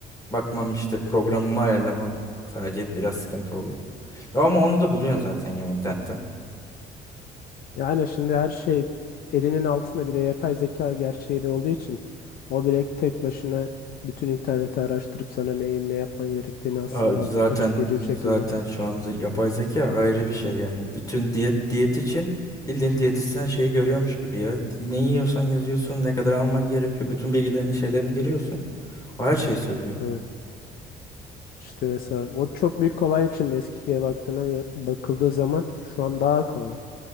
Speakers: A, on the left; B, on the left.
A: bakmam işte programımı ayarlamam sadece biraz sıkıntı oluyor. Ya ama onu da buluyorsun zaten ya internetten.
B: Yani şimdi her şey elinin altında bir de yapay zeka gerçeği de olduğu için o bile tek başına bütün interneti araştırıp sana neyi ne yapman gerektiğini aslında
A: Aa, Zaten
B: açıklayıcı bir şekilde.
A: zaten şu an z- yapay zeka ayrı bir şey yani bütün diyet diyet için bildiğin diyetisyen şeyi görüyormuş gibi ya ne yiyorsan yazıyorsun ne kadar alman gerekiyor bütün bilgilerini şeylerini giriyorsun o her şeyi söylüyor.
B: Evet. İşte mesela o çok büyük kolaylık şimdi eskiye baktığına göre bakıldığı zaman şu an daha kolay.